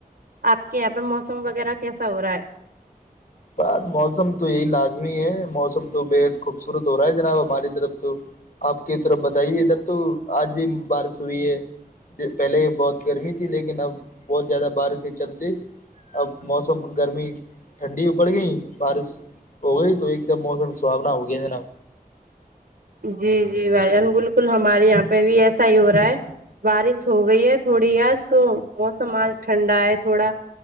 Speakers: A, on the right; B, on the left.
A: آپ کے یہاں پہ موسم وغیرہ کیسا ہو رہا ہے
B: بات موسم تو یہی لازمی ہے موسم تو بےحد خوبصورت ہو رہا ہے جناب ہماری طرف تو آپ کی طرف بتائیے ادھر تو آج بھی بارش ہوئی ہے پہلے بہت گرمی تھی لیکن اب بہت زیادہ بارش سے چلتے اب موسم گرمی ٹھنڈی <unintelligible> بارش ہو گئی ہی تو ایک تو موسم سحاونا ہو گیا جناب
A: جی جی بھ جان بالکل ہمارے یہاں پہ بھی ایسا ہی ہو رہا ہے بارش ہو گئی ہے تھوڑی اس کو موسم آج ٹھنڈا ہے تھوڑا